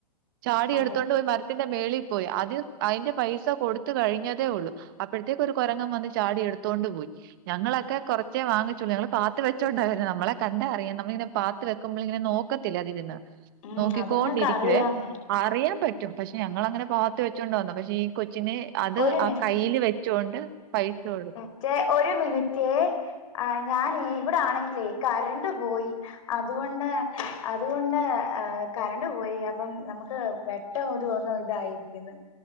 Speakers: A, on the right; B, on the left.
A: ചാടിയെടുത്തൊണ്ട്
B: അതെ
A: പോയി മരത്തിന്റെ മേളി പോയി അത് അയിന്റെ പൈസ കൊടുത്തുകഴിഞ്ഞതേയുള്ളു അപ്പോഴ്ത്തേക്കൊരു കൊരങ്ങൻ വന്ന് ചാടിയെടുത്തോണ്ടുപോയി ഞങ്ങളൊക്കെ കൊറച്ചേ വാങ്ങിച്ചൊള്ളു ഞങ്ങള് പാത്തുവെച്ചോണ്ടാ വരുന്നേ നമ്മളെ കണ്ടാലറിയാം നമ്മളിങ്ങനെ പാത്ത് വയ് ക്കുമ്പളിങ്ങനെ നോക്കത്തില്ലേ അതിരുന്ന്
B: ഉം
A: നോക്കിക്കോണ്ടിരിക്കുവേ
B: അത് ഇങ്ങക്ക് അറിയാന്നേ
A: അറിയാൻ പറ്റും പക്ഷേ ഞങ്ങളങ്ങനെ പാത്തു വെച്ചോണ്ടു വന്നു. പക്ഷേ ഈ കൊച്ചിനെ അത്
B: ഒരു
A: ആ
B: മിനിറ്റ്
A: കൈയ്യില് വെച്ചൊണ്ട് പൈസ കൊടുത്തു
B: റ്റേ ഒരു മിനിറ്റേ ആഹ് ഞാനെ ഇവടണെങ്കിലേ കറണ്ടു പോയി അതുകൊണ്ട് അതുകൊണ്ട് ഏഹ് കറണ്ടു പോയി അപ്പം നമുക്ക് വെ വെട്ടം ഒതു ഒന്ന് ഇതായി ഇരിക്കുന്ന്